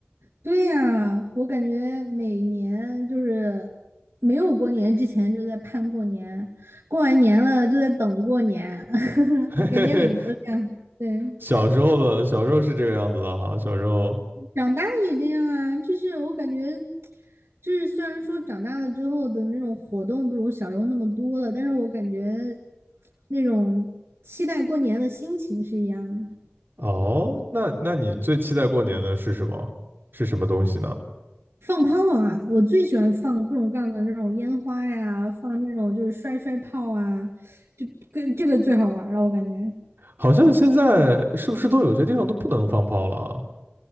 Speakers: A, on the right; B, on the right.
A: 对呀，我感觉每年就是没有过年之前就在盼过年，过完年了就在等过年，<laughs>
B: <laughs> 嘿嘿，
A: 感觉每年都这样。对，
B: 小时候的小时候是这个样子的哈，小时候
A: 长大了也这样啊，就是我感觉，就是虽然说长大了之后的那种活动不如小时候那么多了，但是我感觉那种期待过年的心情是一样的。
B: 哦，那那你最期待过年的是什么？是什么东西呢？
A: 放炮啊！我最喜欢放各种各样的那种烟花呀，放那种就是摔摔炮啊，就跟这个最好玩儿了，我感觉。
B: 好像现在是不是都有些地方都不能放炮了啊？